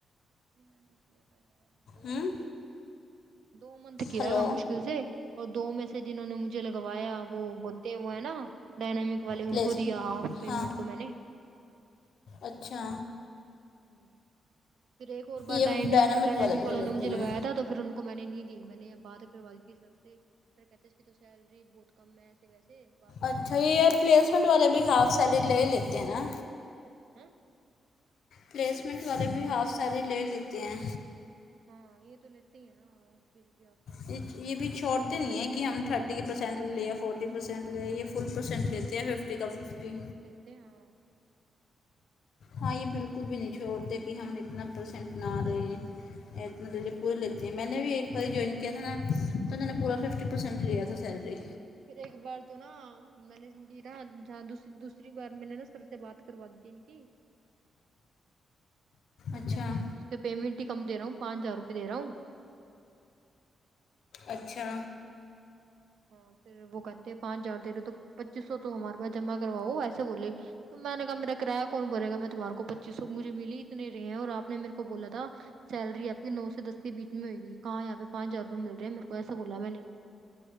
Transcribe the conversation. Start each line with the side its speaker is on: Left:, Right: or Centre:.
Right: میں نے کیا تھا یار دو
Left: ہوں
Right: منتھ ہی دو منتھ کیا
Left: ہلو
Right: مشکل سے اور دو میں سے جنہوں نے مجھے لگوایا وہ ہوتے ہوئے نا ڈائینامک والے
Left: پلیس
Right: ان کو دیا ہاف پیمنٹ
Left: ہاں
Right: تو میں نے
Left: اچھا
Right: ہ پھر ایک اور بار
Left: یہ
Right: ڈ
Left: ڈائنامک
Right: ڈ <unintelligible>
Left: والا
Right: ائمک
Left: بھی
Right: والوں
Left: لے لیتے
Right: نے مجھے لگایا
Left: ہیں
Right: تھا تو پھر میں نے نہیں دی میں نے بات کروا دی تھی سر سے کہتے اس کی تو سیلری بہت کم میںسے ویسے بات پھر
Left: اچھا
Right: نے ٹال
Left: یہ
Right: دی تھی اس
Left: پلیسمنٹ
Right: میں
Left: والے بھی ہاف سیلری لے لیتے ہیں نا
Right: ہ
Left: پلیسمنٹ والے بھی ہاف سیلری لے لیتے ہیں
Right: ہاں یہ تو لیتے ہی نا ہ چیز <unintelligible> کی آپ سیلری
Left: یہ یہ بھی چھوڑتے نہیں ہیں کہ ہم تھرٹی پرسینٹ لے یا فورٹی پرسینٹ لے فل پرسینٹ لیتے
Right: نہیں
Left: ہیں ففٹی کا ففٹی
Right: <unintelligible>
Left: ہاں یہ بالکل بھی نہیں چھوڑتے کہ ہم اتنا پرسینٹ نہ رہے ہیں پورے لی ج میں نے بھی ایک باری جوائن کیا تھا نا
Right: ہاں ہاں
Left: تو میں نے پورا ففٹی پرسینٹ لیا تھا سیلری
Right: پھر ایک بار تو نا میں نےی نا <unintelligible> جہاں دوسری بار میں نے نا سر سے بات کروا دی ان کی سر
Left: اچھا
Right: کہتے ہیں میں تو اس کے پیمنٹ ہی کم دے رہا ہوں پانچ ہزار روپئے دے رہا ہوں
Left: اچھا
Right: ہاں پھر وہ کہتے ہیں پانچ ہزارے رہے تو پچیس سو تو ہمارے پاس جمع کرواؤ ویسے بولے تو میں نےا میرا کرایہ کون بولےا میں تمہار کو پچی سو مجھے ملی اتنےے ہیں اور آپ نے میرے کو بولا تھا سیلری آپ نو سے دس کے بیچ میں ہو گی کہاں پہانچ ہزار روپئے مل رہے ہیں میرے کو ایسا بلا میں نے ان کو